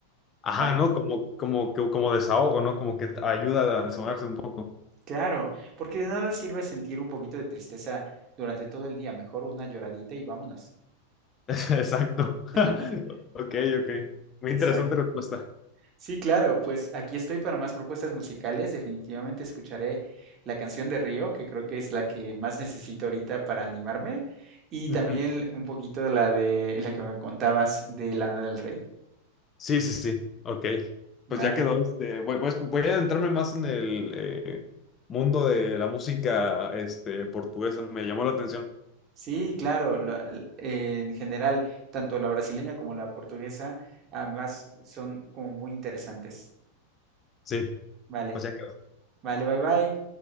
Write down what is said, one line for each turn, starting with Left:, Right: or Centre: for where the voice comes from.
Left: Ajá,
Right: ¿no?
Left: ¿no? Como, como, que- como desahogo, ¿no? Como que ayuda a desahogarse un poco.
Right: Claro, porque de nada sirve sentir un poquito de tristeza durante todo el día. Mejor una lloradita y vámonos.
Left: <laughs> Exacto.
Right: <laughs>
Left: <laughs> Ok, ok. Muy
Right: Exacto.
Left: interesante respuesta.
Right: Sí, claro, pues aquí estoy para más propuestas musicales. Definitivamente escucharé la canción de Río, que creo que es la que más necesito ahorita para animarme, y
Left: Ujú.
Right: también un poquito de la de la que me contabas de Lana del Rey.
Left: Sí, sí, sí. Ok. Pues
Right: Vale.
Left: ya quedó. Este, voy, voy a escu- voy a adentrarme más en el eh, mundo de la música este, portuguesa. Me llamó la atención.
Right: Sí, claro, lo- al- en general, tanto la brasileña como la portuguesa, ambas son como muy interesantes.
Left: Sí,
Right: Vale,
Left: pues ya quedó.
Right: vale, bye bye.